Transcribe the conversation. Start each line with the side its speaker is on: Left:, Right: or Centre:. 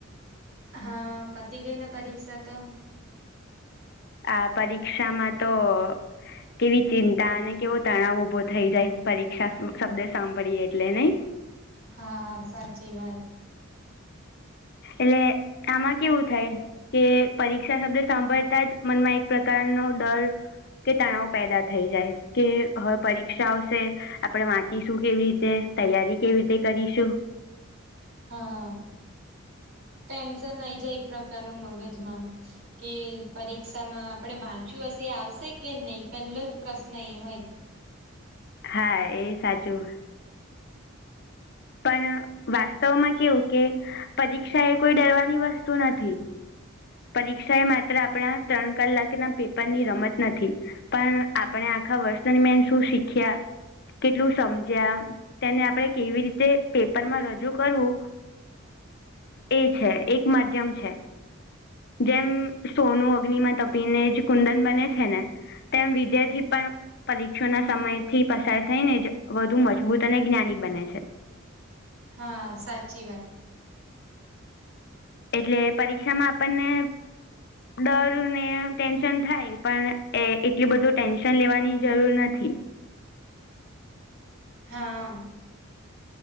Right: હા પતિ ગઈને પરીક્ષા તો.
Left: આ પરીક્ષામાં તો, કેવી ચિંતા અને કેવો તણાવ ઊભો થઈ જાય પરીક્ષા શબ્દ સાંભળીએ એટલે નહીં.
Right: હા સાચી વાત.
Left: એટલે આમાં કેવું થાય. કે પરીક્ષા શબ્દ સાંભળતા જ મનમાં એક પ્રકારનો ડર કે તણાવ પેદા થઈ જાય. કે હવે પરીક્ષા આવશે આપણેે વાંચીશું કેવી રીતે તૈયારી કેવી રીતે કરીશું.
Right: હા. ટેન્શન નાઈ જાય એક પ્રકારનું મગજમાં. કે પરીક્ષામાં આપણેે વાંચ્યું હશે એ આવશે કે નહી પેલો જ પ્રશ્ન એ હોય.
Left: હા એ સાચું. પણ વાસ્તવમાં કેવું કે, પરીક્ષા એ કોઈ ડરવાની વસ્તુ નથી. પરીક્ષા એ માત્ર આપણા ત્રણ કલાકના પેપરની રમત નથી. પણ આપણે આખા વર્ષ દરમિયાન શું શીખ્યા કેટલું સમજ્યા. તેને આપડણે કેવી રીતે પેપરમાં રજૂ કરવું. એ છે એક માધ્યમ છે. જેમ સોનું અગ્નિમાં તપીને જ કુંદન બને છે ને, તેમ વિજયથી પણ પરીક્ષાના સમય થી પસાર થઈ ને વધુ મજબૂત અને જ્ઞાની બને છે.
Right: હા સાચી વાત.
Left: એટલે પરીક્ષામાં આપણને ડર ને ટેન્શન થાય પણ એ એટલું બધું ટેન્શન લેવાની જરૂર નથી.
Right: હા.